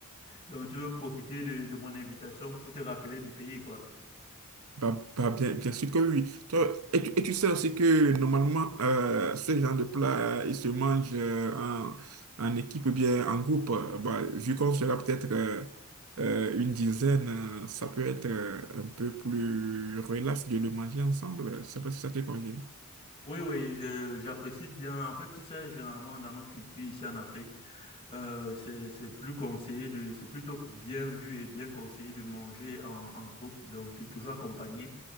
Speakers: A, on the left (about 25°); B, on the right (about 75°).
A: Donc tu veux profiter de, de mon invitation pour te rappeler du pays, quoi.
B: Bah, bah, bien, bien sûr que oui. Toi, et, tu, et tu sais aussi que normalement, euh, ce genre de plat, euh, il se mange euh, en, en équipe ou bien en groupe. Euh, Bah, vu qu'on sera peut-être euh, euh, une dizaine, euh, ça peut être euh, un peu plus relax de le manger ensemble. Je sais pas si ça te convient.
A: Oui, oui, je- j'apprécie bien. En fait, tu sais, généralement dans nos cultures ici en Afrique, euh, c'est c'est plus conseillé de, c'est plutôt bien vu et bien conseillé de manger en, en groupe, donc toujours accompagné.